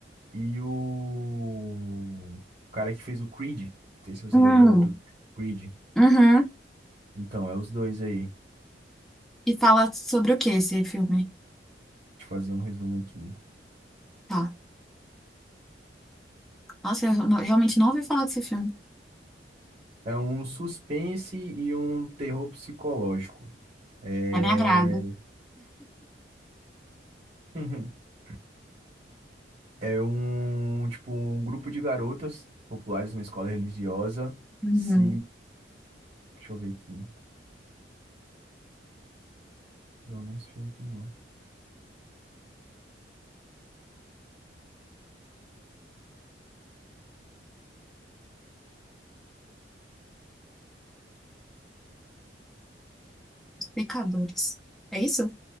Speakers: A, on the right (about 40°); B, in the centre.
A: e o... o cara que fez o Creed. Não sei se você
B: Hum,
A: já viu o ator Creed.
B: uhum.
A: Então, é os dois aí. Deixa
B: E fala sobre o que esse filme?
A: eu fazer um resumo aqui.
B: Tá. Nossa, eu não- realmente não ouvi falar desse filme.
A: É um suspense e um terror psicológico. É...
B: É me agrado.
A: <laughs> É um, tipo, um grupo de garotas populares numa escola religiosa
B: Uhum.
A: se... Deixa eu ver aqui. Não, não é esse filme aqui, não.
B: Os Pecadores. É isso?